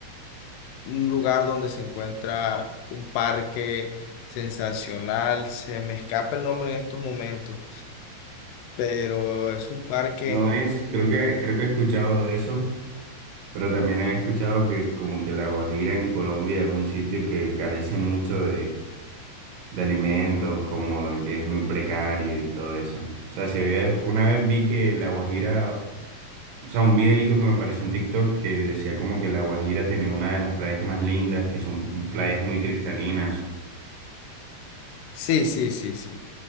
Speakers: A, on the left; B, on the right.
A: un lugar donde se encuentra un parque sensacional. Se me escapa el nombre en estos momentos, pero es un parque.
B: No es, creo que, creo que he escuchado de eso, pero también he escuchado que como que La Guajira en Colombia es un sitio que carece mucho de alimentos, como de que es muy precario y todo eso. O sea, si había, una vez vi que La Guajira, o sea, un videito que me apareció en TikTok que decía como que La Guajira tenía una de las playas más lindas, que son playas muy cristalinas.
A: Sí, sí, sí, sí.